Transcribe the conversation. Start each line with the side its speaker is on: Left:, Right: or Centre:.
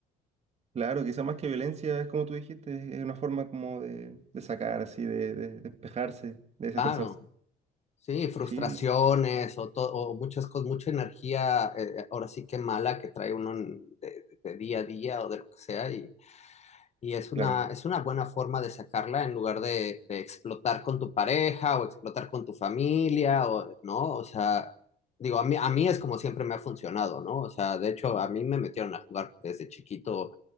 Right: Claro, quizá más que violencia, es como tú dijiste, es una forma como de, de sacar, así, de, de despejarse, de desestresarse.
Left: claro, sí, frustraciones
Right: Sí, la-
Left: o, to- o muchas cosas, mucha energía, eh, ahora sí que mala que trae uno en, de, de, día a día o de lo que sea, y, Y es una,
Right: claro.
Left: es una buena forma de sacarla en lugar de, de explotar con tu pareja o explotar con tu familia, o, ¿no? O sea, digo, a mí, a mí es como siempre me ha funcionado, ¿no? O sea, de hecho, a mí me metieron a jugar desde chiquito